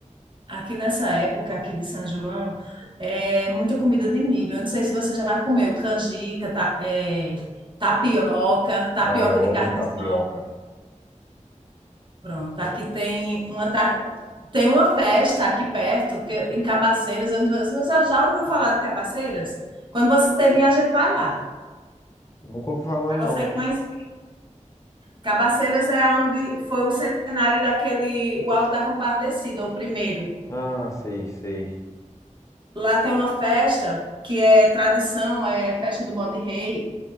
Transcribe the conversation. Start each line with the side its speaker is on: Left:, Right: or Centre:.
Right: Aqui nessa época aqui de São João, é muita comida de milho. Eu não sei se você já comeu canjica, ta- é, tapioca, tapioca
Left: Ah, eu
Right: de
Left: amo
Right: carne
Left: tapioca.
Right: de sol. Pronto, aqui tem uma, ta- tem uma festa aqui perto, que, é em Cabaceiras. Eu não sei se você já ouviu falar de Cabaceiras? Quando você vir, a gente vai lá,
Left: Nunca ouvi falar,
Right: para
Left: não.
Right: você conhecer. Cabaceiras é onde foi o cenário daquele, o Alto da Compadecida, o primeiro.
Left: Ah, sei, sei.
Right: Lá tem uma festa que é tradição, é festa do Bode Rei.